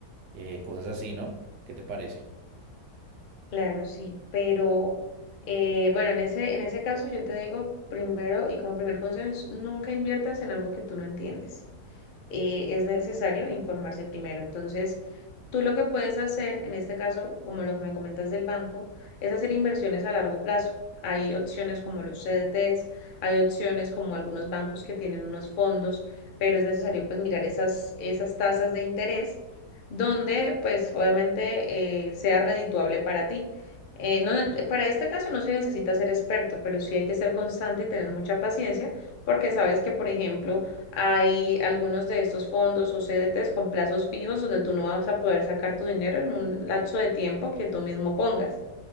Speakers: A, on the right; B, on the left.
A: eh, cosas así, ¿no? ¿Qué te parece?
B: Claro, sí, pero eh, bueno, en ese, en ese caso yo te digo primero y como primer consejo es nunca inviertas en algo que tú no entiendes. eh, es necesario informarse primero. Entonces, tú lo que puedes hacer, en este caso, como lo que me comentas del banco, es hacer inversiones a largo plazo. Hay opciones como los CDTs, hay opciones como algunos bancos que tienen unos fondos, pero es necesario pues mirar esas, esas tasas de interés donde pues obviamente eh, sea redituable para ti. Eh, no- para este caso no se necesita ser experto, pero sí hay que ser constante y tener mucha paciencia porque sabes que, por ejemplo, hay algunos de estos fondos o CDTs con plazos fijos donde tú no vas a poder sacar tu dinero en un lapso de tiempo que tú mismo pongas.